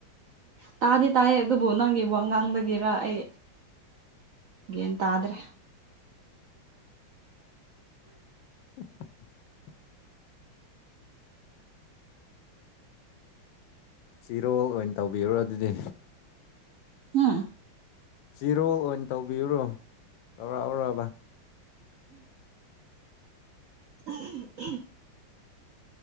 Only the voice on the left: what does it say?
<unintelligible> ꯆꯤꯔꯣꯜ ꯑꯣꯏꯅ ꯇꯧꯕꯤꯣ ꯑꯗꯨꯗꯤ
ꯆꯤꯔꯣ ꯑꯣꯏꯅ ꯇꯧꯕꯤꯨꯔꯣ ꯇꯧꯔꯛꯎꯔꯕ